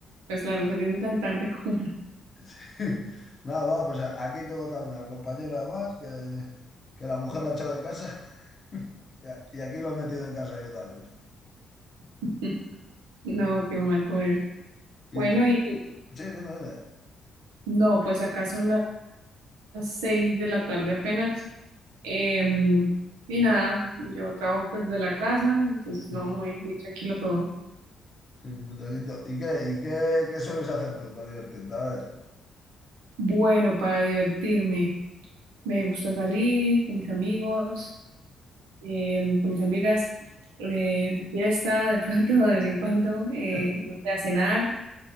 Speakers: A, on the right; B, on the left.
A: Pues claro, saliendo tan tarde como no.
B: <laughs> Nada, va, pues a- aquí tengo también al compañero además, que, que la mujer la ha echado de casa <laughs> y a- y aquí lo he metido en casa yo también.
A: <laughs> No, qué mal por él.
B: ¿Y
A: Bueno,
B: tú?
A: y
B: Sí, dime, dime.
A: no, pues acá son las seis de la tarde apenas. Em, y nada, yo trabajo pues de la casa, entonces no,
B: Mm.
A: muy, muy tranquilo todo.
B: Sí, putaquito. ¿Y qué, y qué, qué sueles hacer tú para divertirte? A ver.
A: Bueno, para divertirme, me gusta salir con mis amigos. eh, con mis amigas eh, de fiesta, de pronto, <laughs> de vez en cuando, eh,
B: <laughs>
A: no sé, a cenar,